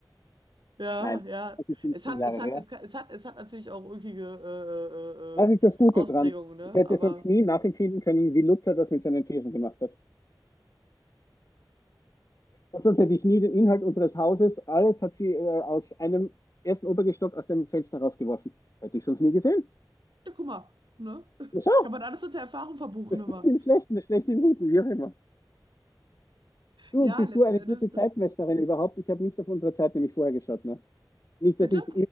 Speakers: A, on the right; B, on the left.
A: ja,
B: nein,
A: ja.
B: das ist 15
A: Es hat,
B: Jahre
A: es hat,
B: her.
A: es, kann- es hat, es hat natürlich auch ulkige äh,
B: Was
A: äh, äh,
B: ist das Gute
A: Ausprägungen,
B: dran?
A: ne?
B: Ich hätte
A: Aber.
B: sonst nie nachempfinden können, wie Luther das mit seinen Thesen gemacht hat. Und sonst hätte ich nie den Inhalt unseres Hauses, alles hat sie äh, aus einem ersten Obergestock aus dem Fenster rausgeworfen. Hätte ich sonst nie gesehen.
A: Ja, guck mal, ne? <laughs>
B: Ja, schau,
A: Kann man alles unter Erfahrung verbuchen
B: das
A: immer.
B: gibt im Schlechten, das Schlechte im Guten, wie auch immer. Du,
A: Ja,
B: bist
A: letzten
B: du eine
A: Endes,
B: gute
A: ne?
B: Zeitmesserin überhaupt? Ich habe nicht auf unsere Zeit nämlich vorher geschaut. Ne? Nicht,
A: Bitte?
B: dass ich